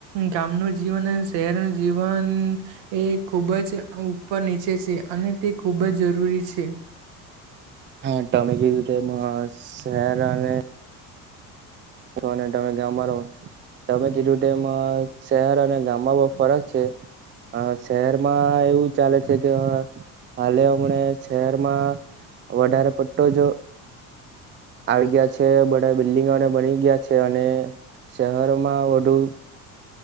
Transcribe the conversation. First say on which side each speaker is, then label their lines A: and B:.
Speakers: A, on the right; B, on the right.
A: ગામનું જીવન શહેરનું જીવન એ ખુબ જ ઉપર નીચે છે, અને તે ખૂબ ખૂબ જ જરૂરી છે.
B: હા તમે કેીધ <unintelligible> રીતે એમાં શહેર અને તો અને તમે ગામમાં રહો. તમે કીધું તેમ શહેર અને ગામમાં બવ ફરક છે હા શહેરમાં એવું ચાલે છે, કે હાલે અમણે શહેરમાં વધારે પટ્ટો જો આવી ગયા છે, બધા બિલ્ડિંગોને બની ગયા છે અને શહેરોમાં વધુ